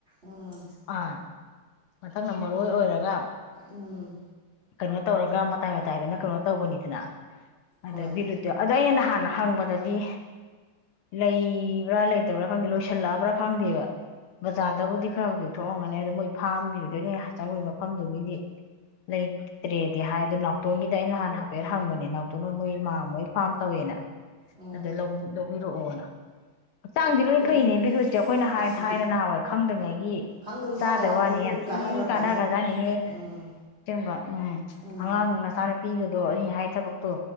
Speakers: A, on the right (about 30°); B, on the left (about 80°).
A: ꯎꯝ
B: ꯑꯥ ꯃꯊꯪꯅ ꯃꯔꯣꯏ ꯑꯣꯏꯔꯒ
A: ꯎꯝ
B: ꯀꯩꯅꯣ ꯇꯧꯔꯒ ꯃꯇꯥꯏ ꯃꯇꯥꯏꯗꯨꯅ ꯀꯩꯅꯣ ꯇꯧꯕꯅꯤꯗꯅ ꯑꯗꯦꯕꯤꯔꯛꯇꯦ
A: ꯍꯣꯏ
B: ꯑꯗꯅ ꯍꯥꯟꯅ ꯍꯪꯕꯗꯗꯤ ꯂꯩꯕ꯭ꯔꯥ ꯂꯩꯇꯕ꯭ꯔꯥ ꯈꯪꯗꯦ ꯂꯣꯏꯁꯤꯜꯂꯛꯑꯕ꯭ꯔꯥ ꯈꯪꯗꯦꯕ ꯕꯖꯥꯔꯗꯕꯨꯗꯤ ꯈꯔꯕꯨꯗꯤ ꯊꯣꯛꯑꯝꯒꯅꯤ ꯑꯗꯨ ꯃꯣꯏ ꯐꯥꯝꯒꯤꯗꯨꯗ ꯑꯩꯅ ꯆꯪꯉꯨꯏ ꯃꯐꯝꯗꯨꯒꯤꯗꯤ ꯂꯩꯇ꯭ꯔꯦꯗꯤ ꯍꯥꯏ ꯑꯣ ꯅꯥꯎꯇꯣꯟꯒꯤꯗ ꯑꯩꯅ ꯍꯥꯟ ꯍꯥꯏꯐꯦꯠ ꯍꯪꯕꯅꯦ ꯅꯥꯎꯇꯣꯟ ꯍꯣꯏ ꯃꯣꯏ ꯃꯥ ꯃꯣꯏ ꯐꯥꯝ ꯇꯧꯋꯦꯅ
A: ꯎꯝ
B: ꯑꯗ
A: ꯎꯝ
B: ꯂꯧꯕꯤꯔꯛꯑꯣꯅ ꯍꯛꯆꯥꯡꯗꯤ ꯂꯣꯏ
A: ꯕꯤꯠꯔꯨꯠ
B: ꯐꯩꯅꯦ ꯕꯤꯒ꯭ꯔꯨꯁꯦ ꯑꯩꯈꯣꯏꯅ ꯍꯥꯏ
A: ꯑꯁ
B: ꯊꯥꯏꯅ ꯅꯍꯥꯟꯋꯥꯏ ꯈꯪꯗ꯭ꯉꯩꯒꯤ
A: ꯈꯪꯗꯕꯩ
B: ꯆꯥ
A: ꯆꯥꯗ
B: ꯗ ꯋꯥꯅꯤ
A: ꯕꯤꯠꯔꯨꯠ
B: ꯌꯥꯝ ꯊꯤ
A: ꯀꯥꯟꯅꯈ꯭ꯔ
B: ꯀꯥꯟꯅꯒ꯭ꯔꯖꯥꯠꯅꯤ
A: ꯄꯣꯠꯅꯤ ꯎꯝ
B: ꯁꯒꯕ ꯎꯝ
A: ꯎꯝ
B: ꯑꯉꯥꯡꯅ ꯆꯥꯅ ꯄꯤꯒꯗꯣ ꯑꯩꯩꯅ ꯍꯥꯏ ꯊꯕꯛ